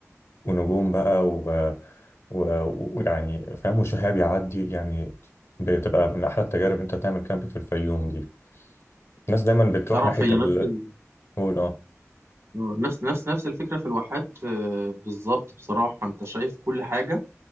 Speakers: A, on the left; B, on the right.
A: ونجوم بقى ويعني و... و- ويعني فاهم وشهاب يعدي يعني بتبقى من احلى التجارب إن انت تعمل كامب في الفيوم دي الناس دايما بتروح
B: تعرف
A: ناحيه
B: هي
A: ال
B: نفس ال...
A: قول اه
B: آه، نفس نفس نفس الفكره في الواحات آه، بالظبط بصراحه انت شايف كل حاجه